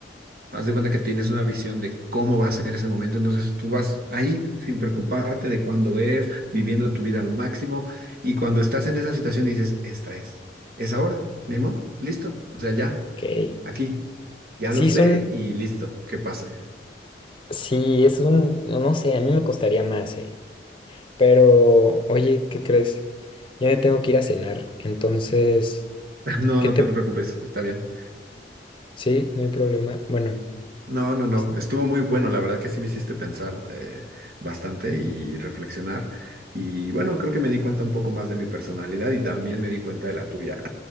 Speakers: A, on the right; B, on the left.
A: haz de cuenta que tienes una visión de cómo va a ser ese momento, entonces tú vas ahí sin preocuparte de cuándo es, viviendo tu vida al máximo, y cuando estás en esa situación dices, esta es, es ahora, ni modo, listo, o sea, ya,
B: que
A: aquí, ya
B: sí
A: lo sé
B: son,
A: y listo, que pase.
B: sí, es un, no no sé, a mí me costaría más, eh. Pero, oye, ¿qué crees? Ya me tengo que ir a cenar, entonces,
A: <laughs> No,
B: ¿qué
A: no
B: te...
A: te preocupes, está bien.
B: Sí, no hay problema. Bueno,
A: No, no, no.
B: es-
A: Estuvo muy bueno. La verdad que sí me hiciste pensar eh, bastante y reflexionar. Y bueno, creo que me di cuenta un poco más de mi personalidad y también me di cuenta de la tuya.